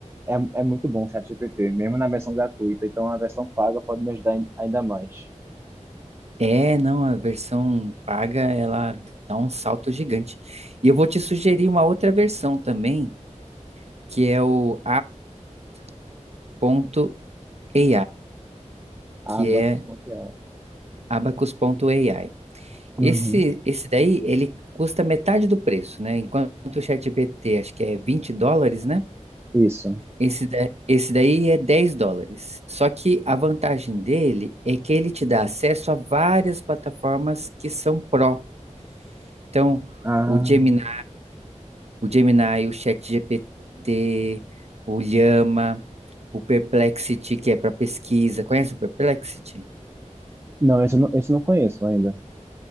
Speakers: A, on the right; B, on the right.
A: é, é muito bom o ChatGPT, mesmo na versão gratuita, então a versão paga pode me ajudar ain- ainda mais.
B: É, não, a versão paga ela dá um salto gigante. E eu vou te sugerir uma outra versão também, que é o abacus.ai,
A: Ah,
B: que
A: não
B: é
A: dá confiar.
B: abacus.ai. Esse,
A: Uhum,
B: esse daí, ele custa metade do preço, né? Enquanto o ChatGPT, acho que é 20 dólares, né?
A: isso.
B: Esse, da- esse daí é 10 dólares. Só que a vantagem dele é que ele te dá acesso a várias plataformas que são pró. Então,
A: Ah,
B: o Gemini, o Gemini, o ChatGPT, o Llama, o Perplexity, que é para pesquisa. Conhece o Perplexity?
A: não, esse eu não, esse eu não conheço ainda.